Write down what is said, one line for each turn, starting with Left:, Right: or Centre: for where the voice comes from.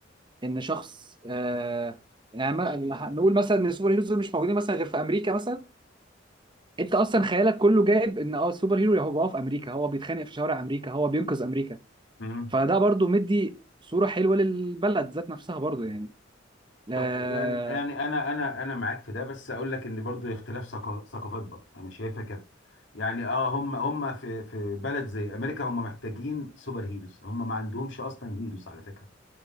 Right: ان شخص آه يعني ما- نقول مثلا ان السوبر هيروز دول مش موجودين مثلا غير في امريكا مثلا انت اصلا خيالك كله جايب ان اه السوبر هيرو هو في امريكا هو بيتخانق في شوارع امريكا هو بينقذ امريكا
Left: امم
Right: فده برضو مدي صورة حلوة للبلد ذات نفسها برضو يعني لا
Left: طب يعني يعني انا انا انا معاك في ده بس اقول لك ان برضو اختلاف ثقا- ثقافات برضو انا شايفها كده يعني اه هم هم في في بلد زي امريكا هم محتاجين سوبر هيروز هم ما عندهمش اصلا هيروز على فكره